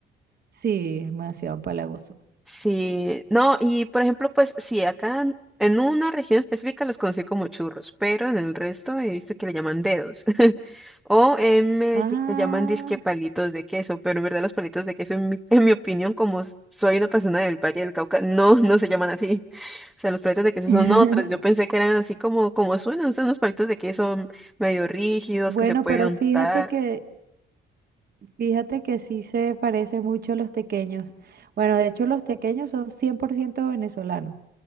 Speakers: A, on the right; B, in the centre.
A: Sí, es demasiado empalagoso.
B: Sí, no, y por ejemplo, pues sí, acá en en una región específica los conocí como churros, pero en el resto he visto que le llaman dedos. <laughs> O en Medellín
A: Ah.
B: le llaman disque palitos de queso, pero en verdad los palitos de queso, en mi, en mi opinión, como s- soy una persona del Valle del Cauca, no, no se llaman así. <laughs> O sea, los palitos de queso
A: <laughs>
B: son otros. Yo pensé que eran así como, como suenan, son unos palitos de queso medio rígidos
A: Bueno,
B: que se pueden
A: pero
B: untar.
A: fíjate que Fíjate que sí se parece mucho a los tequeños. Bueno, de hecho los tequeños son 100% venezolanos.